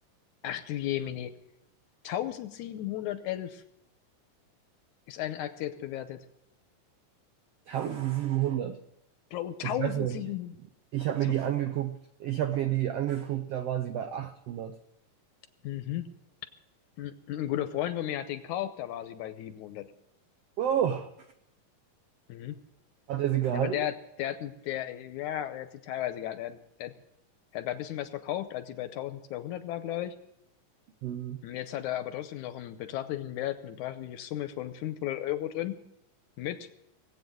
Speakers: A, on the left (about 75°); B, on the right (about 85°).
A: Ach du Jemini, 1711 ist eine Aktie jetzt bewertet.
B: 1700.
A: Bro, 1700.
B: Ich weiß noch nicht. Ich habe
A: Zucker.
B: mir die angeguckt, ich habe mir die angeguckt, da war sie bei 800.
A: Mhm. Ein ein guter Freund von mir hat den gekauft, da war sie bei 700.
B: Oh,
A: Mhm.
B: hat er sie gehalten?
A: Aber der, hat- der hat, der, ja, der hat sie teilweise gehabt. Der, hat- der, hat- der hat ein bisschen was verkauft, als sie bei 1200 war, glaube ich.
B: Hm,
A: Und jetzt hat er aber trotzdem noch einen beträchtlichen Wert, eine beträchtliche Summe von fünfhundert Euro drin. Mit,